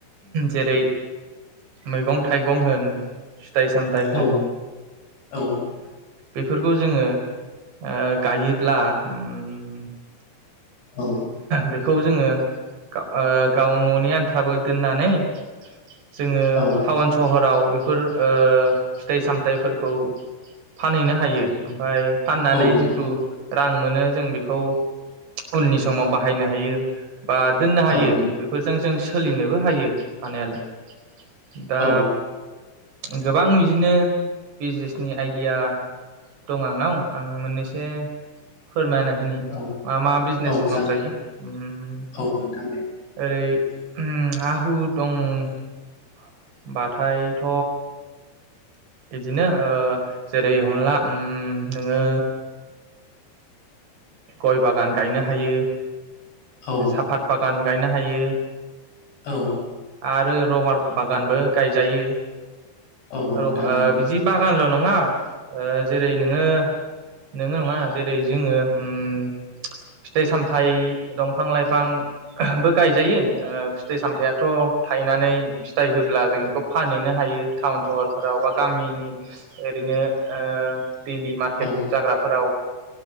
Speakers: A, on the right (about 85°); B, on the left (about 70°).
A: जेरै मैगं थाइगं होन फिथाइ सामथाय होन।
B: औ औ
A: बेफोरखौ जोङो ओ गायोब्ला उम उम
B: औ
A: बेखौ जोङो ओ ओ गाव न'नि आन्थाबो दोननानै जोङो
B: औ
A: थाउन सहराव बो फोर ओ फिथाइ- सामथाइफोरखौ फानहैनो हायो ओमफाय फाननानै
B: औ नोंथां
A: जिथु रां मोनो जों बि खौ उननि समाव बाहायनो हायो बा दोननो हायो
B: औ नोंथां
A: बेफोरजों जों स सोलिनोबो हायो हानायालाय दा
B: औ
A: गोबां बिदिनो बिजनेसनि आइडिया दं आंनाव आं मोननैसे फोरमायना
B: औ
A: मा मा बिजनेस
B: औ जागोन
A: मावजायो ओम
B: औ नोंथां दे
A: ओरै उम हा हु दंबाथायथ' इदिनो ओ जेरै हंला उम नोङो गय बागान गायनो हायो
B: औ
A: साफात बागान गायनो हायो
B: औ
A: आरो रबार बागानबो गायजायो
B: औ नोंथां
A: रबा ओ बिदि बागानल' नं ङा ओ जेरै नोङो नोङो अङा जेरै जोङो उम फिथाइ- सामथाइ दंफां -लाइफां बो गायजायो ओ फिथाइ -साम फिथायाथ' थायनानै फिथाइ होब्ला जों इखौ फानहैनो हायो थाउन सहरफोराव बा गामिनि ओरैनो ओ दैलि मार्केट
B: ओं औ
A: जाग्राफोराव